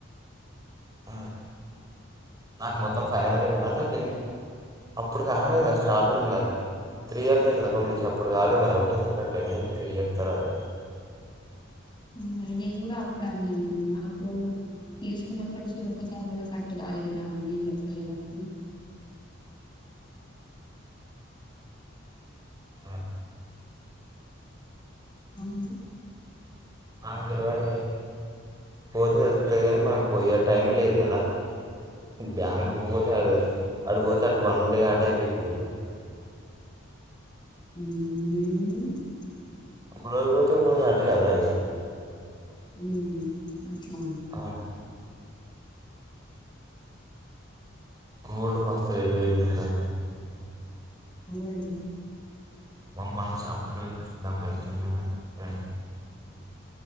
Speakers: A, on the right; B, on the left.
A: అ నా మొత్తం ఫై హండ్రెడ్ కద అంటే కిన్ అప్పుడు కాలే నాకు స్టార్టింగ్ నావి త్రీ ఇయర్స్ అయితుంది అకౌంట్ చేసి అప్పుడుకి కాలే మ ఒకటే సరి కట్టేనయినయి త్రీ ఇయర్స్ తర్వాత
B: మ్మ్ నేను కూడా అప్పుడు అన్నా న అప్పుడు తీసుకున్నప్పటి నుంచి ఒక్కసారి కూడా కట్టు కాలి కదా అని నేం చెప్పలేదప్పుడు
A: అ
B: మ్మ్
A: ఆమెకు తెల్వదు లే పోతే తెలుత్తది కాని మనకు పోయే టైం లేదు కదా బ్యాంక్ కు పోతే అడిపోతే అటు వన్ డే అటే పీకుతది
B: మ్మ్
A: ఒకరోజు పోతే ఒకరోజు అటే కదా ఇగ
B: మ్మ్ అట్లా
A: ఆ గోల్డు మస్త రేటు పెరిగింది రా
B: మ్మ్
A: మమ్మస్ అప్పుడు అప్పుడు ఎంతుండ <unintelligible>